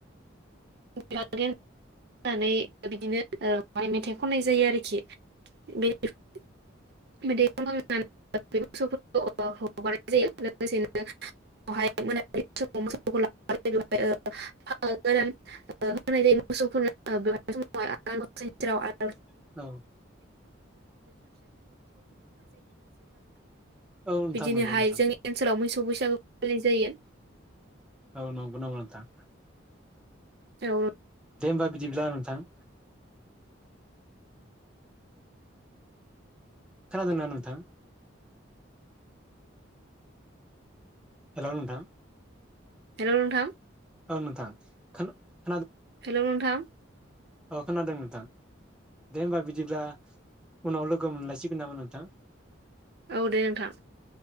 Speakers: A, on the right (about 55°); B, in the centre.
A: <unintelligible> <unintelligible> <inaudible> <inaudible> <inaudible>
B: औ औ नोंथां
A: बिदिनोहाय
B: नंगौ नोंथां
A: जोंनि ओनसोलाव मैसो सौ बैसागो फालिनाय जायो
B: औ नंगौ नामा नोंथां।
A: औ
B: दे होमबा बिदिब्ला नोंथां। खोनादोंना नोंथां? हेल' नोंथां।
A: हेल' नोंथां।
B: ओं नोंथां खोना
A: हेल' नोंथां।
B: अ खोनादों नोंथां। दे होमबा बिदिब्ला उनाव लोगो मोनलायसिगोन नामा नोंथां।
A: औ दे नोंथां।